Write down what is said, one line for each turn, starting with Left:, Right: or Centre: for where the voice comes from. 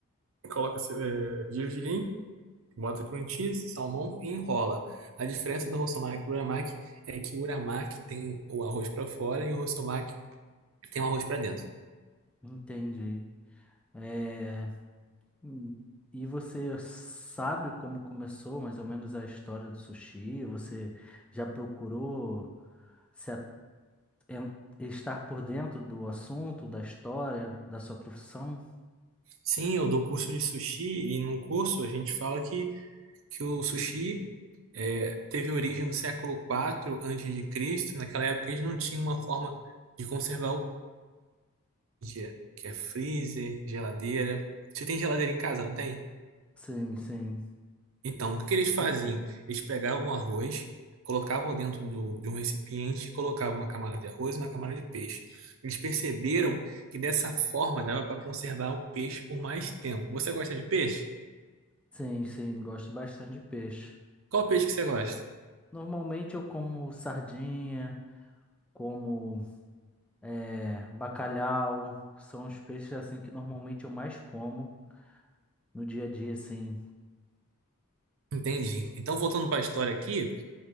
Right: coloca é, gergelim, bota cream cheese, salmão e enrola. A diferença do Rosomaki para o uramaki é que o uramaki tem o arroz para fora e o Rosomaki Tem um arroz pra dentro.
Centre: Entendi. É, hum, e você sabe como começou mais ou menos a história do sushi? Você já procurou se a- en- estar por dentro do assunto, da história, da sua profissão?
Right: Sim, eu dou curso de sushi e num curso a gente fala que, que o sushi é, teve origem no século quatro antes de Cristo. Naquela época eles não tinham uma forma de conservar o dia, que é freezer, geladeira. Você tem geladeira em casa, não tem?
Centre: Sim, sim.
Right: Então, o que que eles faziam? Eles pegavam o arroz, colocavam dentro do- de um recipiente, colocavam uma camada de arroz e uma camada de peixe. Eles perceberam que dessa forma dava para conservar o peixe por mais tempo. Você gosta de peixe?
Centre: Sim, sim, gosto bastante de peixe.
Right: Qual peixe que você gosta?
Centre: Normalmente eu como sardinha, como eh, bacalhau, são os peixes assim que normalmente eu mais como no dia a dia, assim.
Right: Entendi. Então, voltando para a história aqui,